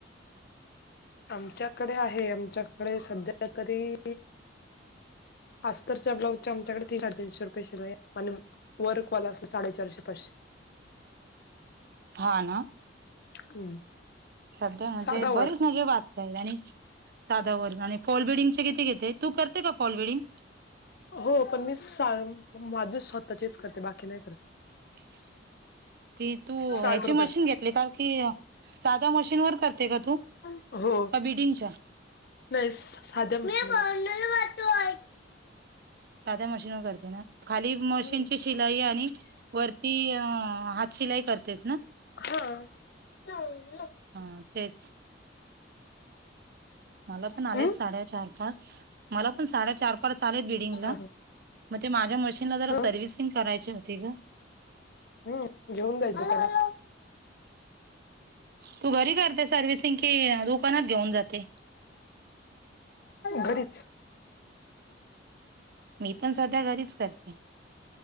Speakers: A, on the left; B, on the right.
A: आमच्याकडे आहे. आमच्याकडे सध्या तरी अस्तरच्या ब्लॉऊस चे आमच्याकडे तीन <unintelligible> रुपये शिलाय ये आणि वर्क वाला असं, साडेचारशे पाचशे
B: हा ना
A: हम्म
B: सध्या म्हणजे,
A: साधा
B: बरीच
A: वर्क
B: म्हणजे वाच <unintelligible> आणि साधा वर्क आणि फॉल बडिंग किती घेते? तू करते का फॉल बिडिंग?
A: हो पण मी सांग माझे स्वतःचेच करते. बाकी नाय करत.
B: <inaudible> की तू
A: साठ
B: ह्याची
A: रुपये
B: मशीन घेतली का? की साधा मशीन वर करते का तू?
A: हो.
B: का बिडिंगच्या
A: येस साध्या मशीन वर
B: साध्या मशीन करते न, खाली मशीनची
A: हम्म
B: शिलाई आणि वरती हात शिलाई करतेस ना?
A: हा. <unintelligible>
B: हा तेच. मला पण आले
A: हम्म
B: साडेचार, पाच मला पण साडेचार, पाच परत चाले बिल्डिंगला
A: हा
B: मग ते माझ्या मशीनला जरा
A: हा
B: सर्व्हिसिंग करायची होती ग.
A: हम्म, घेऊन जायच त्याला.
B: तू घरी करते सर्व्हिसिंग कि दुकानात घेऊन जाते?
A: घरीच.
B: मी पण सध्या घरीच करते.